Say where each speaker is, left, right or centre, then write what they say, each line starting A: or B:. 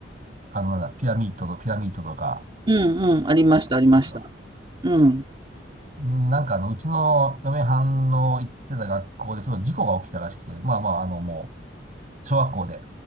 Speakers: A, on the right (about 45°); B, on the right (about 30°).
A: あの、なんだ、ピラミッドとピラミッドとか、
B: うんうん、ありました、ありました。
A: ありましたか
B: うん。
A: うんなんかあの、うちの嫁はんの行ってた学校でちょっと事故が起きたらしくて、まあまあ、あの、もう、小学校で、